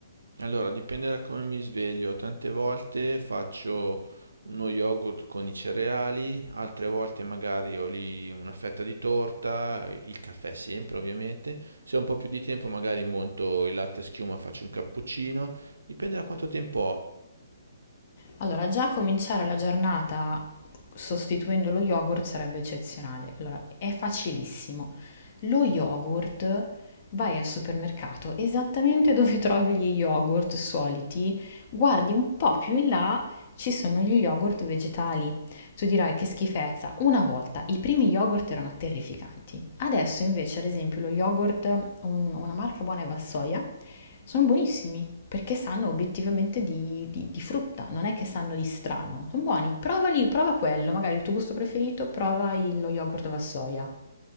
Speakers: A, on the right; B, on the left.
A: Allora, dipende da come mi sveglio. Tante volte faccio uno yogurt con i cereali, altre volte magari ho lì una fetta di torta, il caffè sempre ovviamente. Se ho un po' più di tempo magari monto il latte schiuma, faccio un cappuccino. Dipende da quanto tempo ho.
B: Allora, già cominciare la giornata sostituendo lo yogurt sarebbe eccezionale. Allora, è facilissimo. Lo yogurt vai al supermercato esattamente <laughs> dove trovi gli yogurt soliti, guardi un po' più in là, ci sono gli yogurt vegetali. Tu dirai che schifezza. Una volta i primi yogurt erano terrificanti. Adesso invece, ad esempio, lo yogurt, un- una marca buona è Valsoia sono buonissimi perché sanno obiettivamente di, di- di frutta, non è che sanno di strano. Sono buoni, provali, prova quello, magari il tuo gusto preferito, prova il- lo yogurt alla soia.